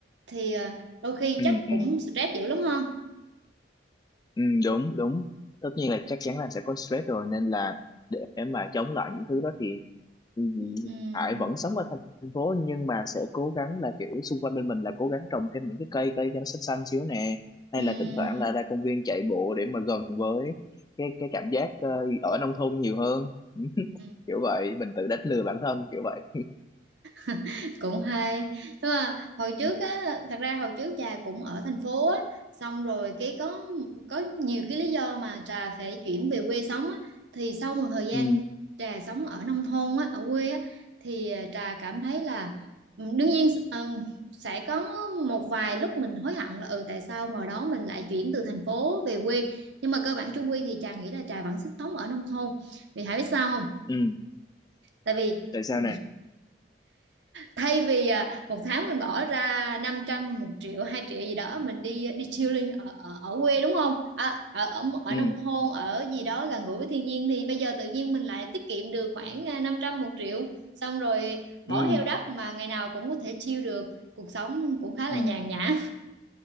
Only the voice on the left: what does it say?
Ừ.
Ừ.
Ừ, đúng đúng tất nhiên là chắc chắn là sẽ có stress rồi nên là để mà chống lại những thứ đó thì ừ,
Hải vẫn sống ở thành phố nhưng mà sẽ cố gắng là kiểu xung quanh bên mình là cố gắng trồng thêm những cái cây cây cho nó xanh xanh xíu nè hay
là thỉnh thoảng là ra công viên chạy bộ để mà gần với cái cái cảm giác ờ, ở nông thôn nhiều hơn <laughs>
kiểu vậy mình tự đánh lừa bản thân kiểu vậy
ừ
ừ
ừ
tại sao
nè
ừ
ừ
ừ